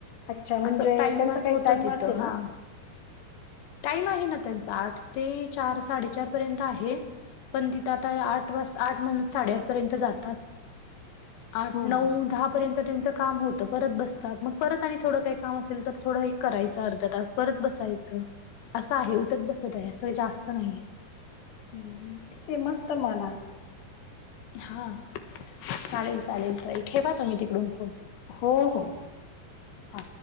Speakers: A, on the left; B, on the left.
A: अच्छा म्हणजे
B: असं टाइमपास
A: त्यांचा काही
B: होतो
A: टाईम
B: तिथं,
A: असेल
B: हा.
A: ना
B: टाइम आहे ना त्यांचा. आठ ते चार-साडेचार पर्यंत आहे. पण तिथं आ तय. आठ वाजता, आठ, साडे-आठ पर्यंत जातात आठ,
A: हं
B: नऊ,
A: हं
B: दहा पर्यंत त्यांच काम होतं, परत बसतात, मग परत आणि थोडं काही काम असेल तर थोडं हे करायचं अर्धा तास. परत बसायचं. असं आहे. उठत-बसत आहे. असं जास्त नाहीये.
A: हम्म, हम्म. ठीके मस्त म्हना.
B: हा! चालेल चालेल ताई, ठेवा तुम्ही तिकडून फोन.
A: हो हो.
B: हा.